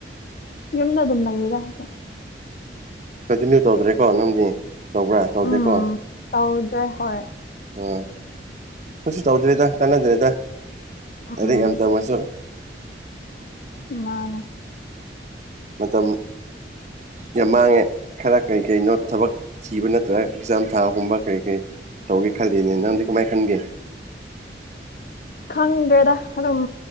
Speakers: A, on the left; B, on the right.
A: ꯌꯨꯝꯗ ꯑꯗꯨꯝ ꯂꯩꯗ ꯑꯩꯖꯨ
B: ꯀꯟꯇꯤꯅ꯭ꯌꯨ ꯇꯧꯗ꯭ꯔꯦꯀꯣ ꯅꯪꯗꯤ ꯇꯧꯕ꯭ꯔꯥ ꯇꯧꯗꯦꯀꯣ
A: ꯎꯝ
B: ꯑꯥꯑ
A: ꯇꯧꯗ꯭ꯔꯦ ꯍꯣꯏ
B: ꯀꯩꯁꯨ ꯇꯧꯗ꯭ꯔꯦꯗ ꯀꯥꯟꯅꯗ꯭ꯔꯦꯗ
A: ꯎꯝ
B: ꯂꯥꯏꯔꯤꯛ ꯌꯥꯝ ꯇꯝꯃꯁꯨ
A: ꯃꯥꯅꯦ
B: ꯃꯇꯝ ꯌꯥꯝ ꯃꯥꯡꯉꯦ ꯈꯔ ꯀꯩ ꯀꯩꯅꯣ ꯊꯕꯛ ꯊꯤꯕ ꯅꯠꯇ꯭ꯔꯒ ꯑꯦꯛꯖꯥꯝ ꯊꯥꯕꯒꯨꯝꯕ ꯀꯔꯤ ꯀꯔꯤ ꯇꯧꯒꯦ ꯈꯜꯂꯤꯅꯦ ꯅꯪꯗꯤ ꯀꯃꯥꯏ ꯈꯟꯒꯦ
A: ꯈꯪꯗ꯭ꯔꯦꯗ ꯑꯗꯨꯝ